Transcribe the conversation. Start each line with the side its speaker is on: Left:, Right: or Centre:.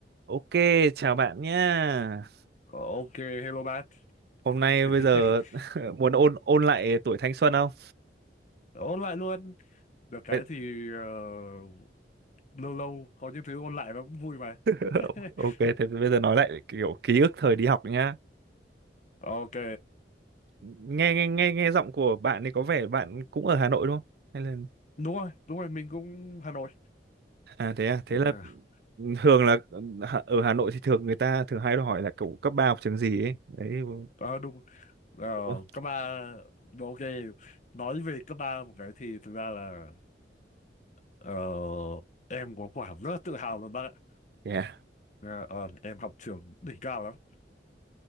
Right: Ok, chào bạn nhá.
Left: ok hello bạn
Right: Hôm nay
Left: <laughs>
Right: bây giờ <laughs> muốn ôn ôn lại tuổi thanh xuân không?
Left: ôn lại luôn được cái
Right: Bây-
Left: thì ờ, lâu lâu có những thứ ôn lại nó cũng vui mà
Right: <laughs>
Left: <laughs>
Right: Ok, thế bây giờ nói lại kiểu ký ức thời đi học nhá.
Left: ok
Right: Nghe nghe nghe nghe giọng của bạn thì có vẻ bạn cũng ở Hà Nội đúng không? Hay là
Left: đúng rồi đúng rồi mình cũng Hà Nội
Right: à thế à, thế là
Left: à,
Right: thường là Hà- ở Hà Nội thì thường người ta thường hay hỏi là cậu cấp ba học trường gì ấy. Đấy đúng
Left: ờ, đúng ờ,
Right: không?
Left: cấp ba ok nói về cấp ba một cái thì thực ra là ờ, em có quả rất là tự hào luôn bác ạ
Right: Yeah.
Left: Ờ, ờ, em học trường đỉnh cao lắm